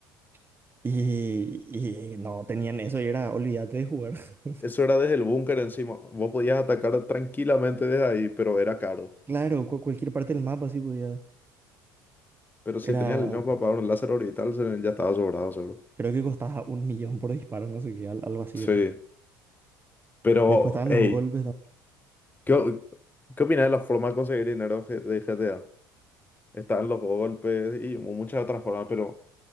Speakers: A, on the right; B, on the left.
A: <laughs> y, y no tenían eso y era olvídate de jugar. <laughs>
B: Eso era desde el búnker encima. Vos podías atacar tranquilamente desde ahí, pero era caro.
A: Claro, cu- cualquier parte del mapa sí podía.
B: Pero si
A: Era,
B: tenías el dinero para pagar un láser orbital, se- ya estaba sobrado, seguro.
A: creo que costaba un millón por disparo, no sé qué, al- algo así
B: Sí,
A: era.
B: pero,
A: Después estaban
B: hey,
A: los golpes. ta-
B: ¿qué, o- qué opinas de la forma de conseguir dinero ge- de GTA? Están los golpes y mu- muchas otras formas, pero